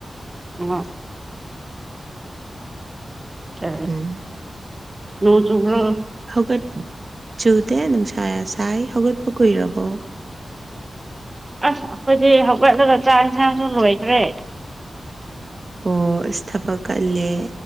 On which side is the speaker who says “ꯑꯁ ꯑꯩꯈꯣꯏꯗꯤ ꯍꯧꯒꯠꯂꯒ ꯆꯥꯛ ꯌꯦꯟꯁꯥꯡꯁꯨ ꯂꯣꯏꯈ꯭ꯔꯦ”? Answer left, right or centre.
Right